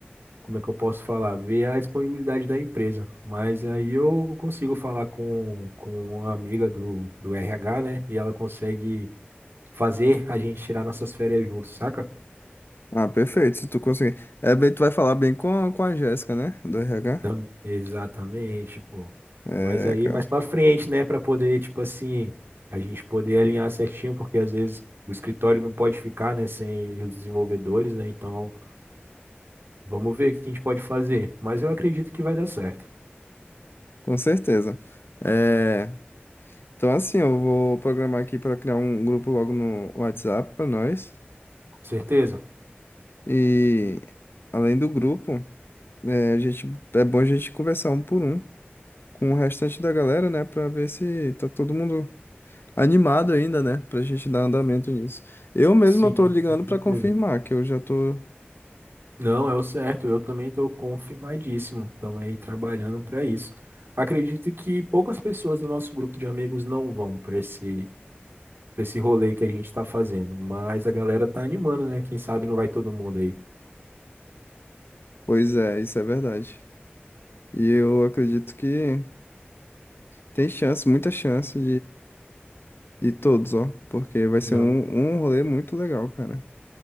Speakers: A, on the right; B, on the left.
A: como é que eu posso falar? Ver a disponibilidade da empresa. Mas aí eu consigo falar com, com uma amiga do, do RH, né? E ela consegue fazer a gente tirar nossas férias juntos, saca?
B: Ah, perfeito. Se tu conseguir. É bem, tu vai falar bem com, a- com a Jéssica, né? Do RH.
A: Tam- Exatamente, pô.
B: É,
A: Mas aí
B: cara,
A: mais pra frente, né? Pra poder, tipo assim, a gente poder alinhar certinho, porque às vezes o escritório não pode ficar, né? Sem os desenvolvedores, né? Então. Vamos ver o que a gente pode fazer, mas eu acredito que vai dar certo.
B: com certeza. É, então, assim, eu vou programar aqui para criar um grupo logo no WhatsApp para nós.
A: Com certeza?
B: E, além do grupo, é, a gente, é bom a gente conversar um por um com o restante da galera, né? Para ver se tá todo mundo animado ainda, né? Para a gente dar andamento nisso. Eu mesmo
A: Sim,
B: eu tô ligando
A: com certeza.
B: para confirmar que eu já tô.
A: Não, é o certo. Eu também estou confirmadíssimo. Estamos aí trabalhando para isso. Acredito que poucas pessoas do nosso grupo de amigos não vão para esse, para esse rolê que a gente está fazendo, mas a galera tá animando, né? Quem sabe não vai todo mundo aí.
B: Pois é, isso é verdade. E eu acredito que tem chance, muita chance E todos, ó. Porque vai ser
A: Não.
B: um, um rolê muito legal, cara.